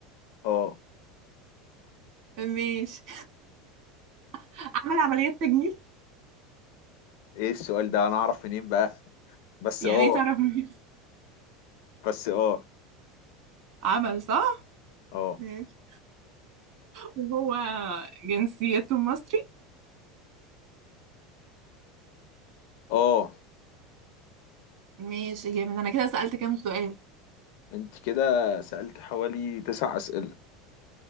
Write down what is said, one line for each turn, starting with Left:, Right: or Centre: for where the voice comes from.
Left: اه
Right: ماشي <laughs> عمل عمليات تجميل
Left: ايه السؤال ده انا اعرف منين بقى بس
Right: يعني
Left: اه
Right: ايه تعرف مين؟
Left: بس اه
Right: عمل صح
Left: اه
Right: ماشي وهو جنسيته مصري
Left: اه
Right: ماشي جامد انا كده سألت كام سؤال
Left: انت كده سألت حوالي تسع اسئله